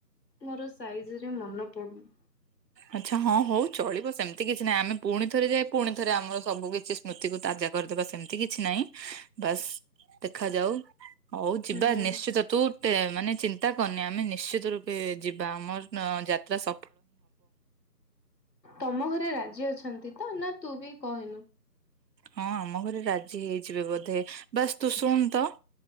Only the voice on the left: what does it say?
ମୋର ସାଇଜ ରେ ମନେ ପଡୁନି।
ହୁଁ
ତମ ଘରେ ରାଜି ଅଛନ୍ତି ତ ନା ତୁ ବି କହିନୁ।